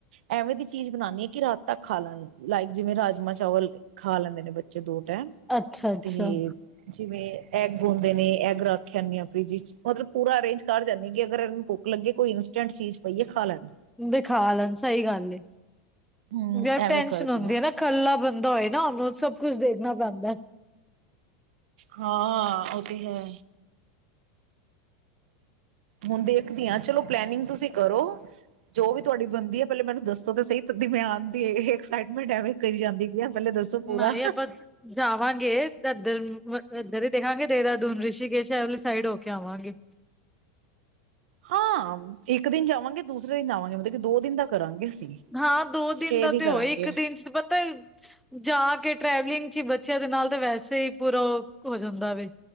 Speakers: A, on the right; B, in the centre.
A: ਐਵੇਂ ਦੀ ਚੀਜ਼ ਬਣਾਉਣੀਆ। ਕਿ ਰਾਤ ਤੱਕ ਖਾ ਲੈਣ। ਲਾਈਕ ਜਿਵੇਂ ਰਾਜਮਾਂ ਚਾਵਲ ਖਾਂ ਲੈਂਦੇ ਨੇ ਬੱਚੇ ਦੋ ਟਾਈਮ।
B: ਅੱਛਾ ਅੱਛਾ
A: ਤੇ ਜਿਵੇਂ ਐਗ, ਹੁਦੇ ਨੇ ਐਗ? ਰਖ ਆਨੀਯਾਂ ਫ੍ਰਿਜ ਚ। ਮਤਲਬ ਪੂਰਾ ਅਰੇਂਜ? ਕਰ ਜਾਂਦੀ ਅ। ਅਗਰ ਇਹਨੂੰ ਭੁੱਖ ਲੱਗੇ ਕੋਈ ਇੰਸਟੈਂਟ ਚੀਜ਼ ਪਈਏ ਖਾ ਲੈਣ।
B: ਦਿਖਾ ਲੈਣ। ਸਹੀ ਗੱਲ
A: ਹੂੰ
B: ਯ
A: ਐਵੇਂ
B: ਟੈਸ਼ਨ
A: ਕਰਦੀ
B: ਹੁੰਦੀ
A: ਆ।
B: ਹੈ ਨਾ। ਇਕੱਲਾ ਬੰਦਾ ਹੋਏ ਨਾ। ਉਹਨੂੰ ਸਭ ਕੁਛ ਦੇਖਣਾ ਪੈਂਦਾ
A: ਹਾਂਅ ਉਹ ਤੇ ਹੈ। ਹੁਣ ਦੇਖਦੀ ਹਾਂ। ਚਲੋ ਪਲੈਨਿੰਗ ਤੁਸੀਂ ਕਰੋ। ਜੋ ਵੀ ਤੁਹਾਡੀ ਬਣਦੀ ਹੈ। ਪਹਿਲੇ ਮੈਨੂੰ ਦੱਸੋ ਤਾਂ ਸਹੀ। ਪਤਾ ਮੈਂ ਆਨ ਦੀ ਇਹ ਐਕਸਾਈਟਮੈਂਟ ਐਵੇਂ ਕਰੀ ਜਾਂਦੀ। ਪਹਿਲੇ ਦੱਸੋ ਪੂਰਾ।
B: ਨਾ ਇਹ ਬਝ <unintelligible> ਜਾਵਾਂਗੇ ਇੱਧਰ ਇੱਧਰ ਹੀ ਦੇਖਾਂਗੇ ਤ ਦੇਹਰਾਦੂਨ ਰਿਸ਼ੀਕੇਸ਼ ਵਾਲੀ ਸਾਈਡ ਹੋ ਕੇ ਆਵਾਂਗੇ
A: ਹਾਂ ਇੱਕ ਦਿਨ ਜਾਵਾਂਗੇ ਦੂਸਰੇ ਦਿਨ ਆਵਾਂਗੇ ਮੱਤਲਬ ਕਿ ਦੋ ਦਿਨ ਦਾ ਕਰਾਂਗੇ ਅਸੀਂ
B: ਹਾਂ ਦੋ
A: ਸਟੇ
B: ਦਿਨ ਦਾ
A: ਵੀ
B: ਤੇ
A: ਕਰਾਂਗੇ
B: ਹੋਏ। ਇੱਕ ਦਿਨ ਚ ਪਤਾ? ਜਾਕੇ ਟ੍ਰੈਵਲਿੰਗ ਚ ਹੀ ਬੱਚਿਆਂ ਦੇ ਨਾਲ ਤੇ ਵੈਸੇ ਹੀ ਪੂਰਾ ਹੋ ਜਾਂਦਾ ਵੇ।